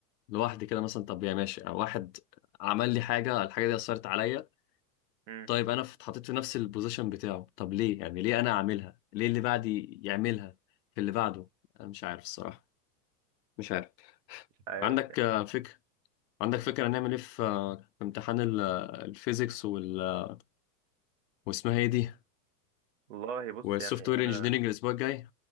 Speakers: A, on the left; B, on the right.
A: لوحدي كده مثلا طب يا ماشي واحد عمل لي حاجه الحاجه دي اثرت عليا
B: مم.
A: طيب انا اتحطيت في نفس البوزيشن بتاعه طب ليه يعني ليه انا اعملها ليه اللي بعدي يعملها في اللي بعده انا مش عارف الصراحه مش عارف
B: مش عارف
A: عندك آه، فكره عندك فكره هنعمل ايه في آه، في امتحان ال- آه، الفيزيكس وال واسمها ايه دي
B: والله بص
A: والسوفت
B: يعني
A: وير
B: انا
A: انجينيرنج الاسبوع الجاي